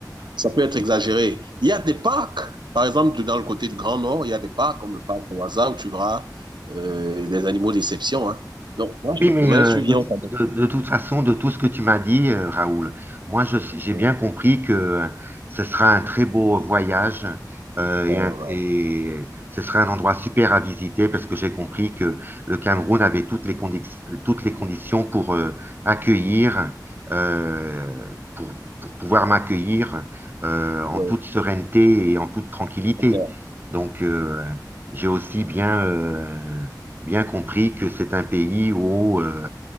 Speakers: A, on the right (about 80°); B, on the right (about 30°).
A: ça peut être exagéré. Il y a des parcs, par exemple, dans le côté du Grand Nord, il y a des parcs comme le parc de Waza où tu verras euh, des animaux d'exception. Hein. Donc, moi,
B: Oui,
A: je
B: mais
A: te promets,
B: euh,
A: tu viens
B: de, tout-
A: au Cameroun.
B: de- de toute façon, de tout ce que tu m'as dit, euh, Raoul, moi, je, j'ai
A: Ouais,
B: bien compris que euh, ce sera un très beau voyage euh, et,
A: ouais,
B: un- et ce sera un endroit super à visiter parce que j'ai compris que le Cameroun avait toutes les, condi- toutes les conditions pour euh, accueillir, euh, pour, pour pouvoir m'accueillir euh, en
A: ouais,
B: toute sérénité et en toute tranquillité.
A: au cœur,
B: Donc, euh, j'ai aussi bien... euh, bien compris que c'est un pays où euh,